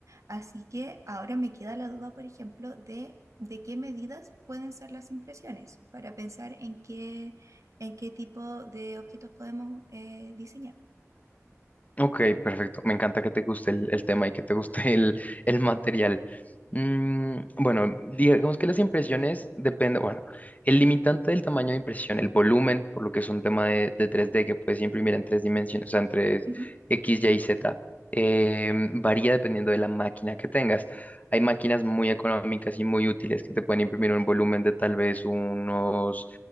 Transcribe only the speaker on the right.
Así que ahora me queda la duda, por ejemplo, de, de qué medidas pueden ser las impresiones para pensar en qué, en qué tipo de objetos podemos eh, diseñar.
Ujú,